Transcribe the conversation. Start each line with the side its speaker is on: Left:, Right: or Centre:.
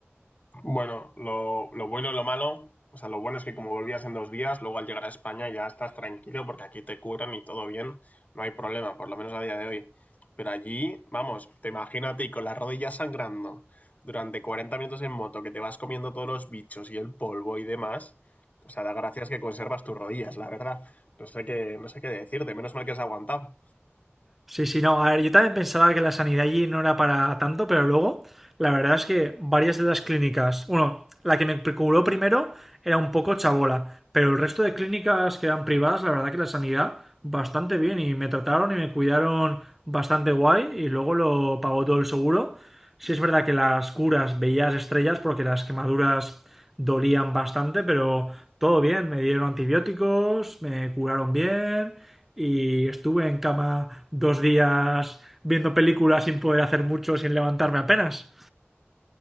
Left: Bueno, lo, lo bueno y lo malo, o sea, lo bueno es que como volvías en dos días, luego al llegar a España ya estás tranquilo porque aquí te curan y todo bien, no hay problema, por lo menos a día de hoy. Pero allí, vamos, te imagínate y con las rodillas sangrando durante 40 minutos en moto, que te vas comiendo todos los bichos y el polvo y demás. O sea, da gracias que conservas tus rodillas, la verdad. No sé qué, no sé qué decirte, menos mal que has aguantado.
Centre: Sí, sí, no. A ver, yo también pensaba que la sanidad allí no era para tanto, pero luego la verdad es que varias de las clínicas, bueno, la que me preocupó primero era un poco chabola, pero el resto de clínicas que eran privadas, la verdad que la sanidad bastante bien y me trataron y me cuidaron bastante guay y luego lo pagó todo el seguro. Sí es verdad que las curas veías estrellas porque las quemaduras dolían bastante, pero todo bien, me dieron antibióticos, me curaron bien y estuve en cama dos días viendo películas sin poder hacer mucho, sin levantarme apenas.